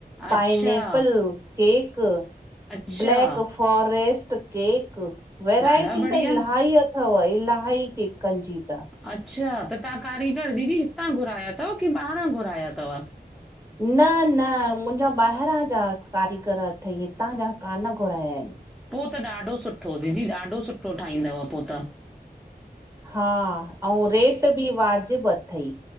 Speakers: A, in the centre; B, on the right (about 20°).
A: अच्छा
B: पाइनेपल केक
A: अच्छा
B: ब्लैक फॉारेस्ट केक वैरायटी
A: ॾाढा बढ़िया
B: त इलाही अथव इलाही केकनि जी त
A: अच्छा त तव्हां कारीगर दीदी हितां घुराया थव की ॿाहिरां घुराया थव
B: न न मुंहिंजा ॿाहिरां जा कारीगर अथई हितां जा कान घुराया आहिनि
A: पोइ त ॾाढो सुठो दीदी ॾाढो सुठो ठाहींदव पोइ त
B: हा ऐं रेट बि वाजिब अथई